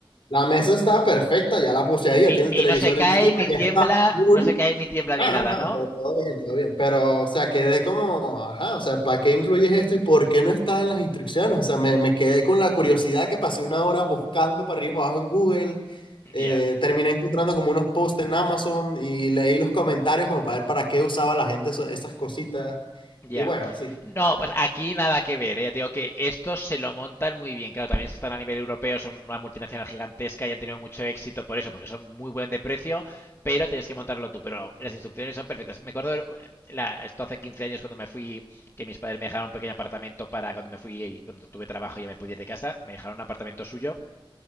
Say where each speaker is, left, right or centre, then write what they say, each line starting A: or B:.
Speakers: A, on the left; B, on the left.
A: la mesa está perfecta, ya la puse ahí, ya
B: Y,
A: tiene el
B: y
A: televisor
B: no se cae
A: encima,
B: ni tiembla,
A: ya está full.
B: no se cae ni tiembla
A: No,
B: ni nada,
A: no, no,
B: ¿no?
A: todo, todo bien, todo bien. Pero, o sea, quedé como, ajá, o sea, ¿para qué incluyes esto y por qué no está en las instrucciones? O sea, me, me quedé con la curiosidad que pasé una hora buscando para arriba y para abajo en Google.
B: Ya,
A: eh,
B: yeah,
A: terminé encontrando como unos posts en Amazon y leí los comentarios como para ver para qué usaba la gente eso- esas cositas.
B: ya. Yeah.
A: Y bueno, sí.
B: No, pues aquí nada que ver, ¿eh? Ya te digo que estos se lo montan muy bien. Claro, también es que están a nivel europeo, son una multinacional gigantesca y han tenido mucho éxito por eso, porque son muy buen de precio, pero tienes que montarlo tú. Pero las instrucciones son perfectas. Me acuerdo, la- esto hace 15 años cuando me fui, que mis padres me dejaron un pequeño apartamento para cuando me fui, cuando tuve trabajo y ya me pude ir de casa, me dejaron un apartamento suyo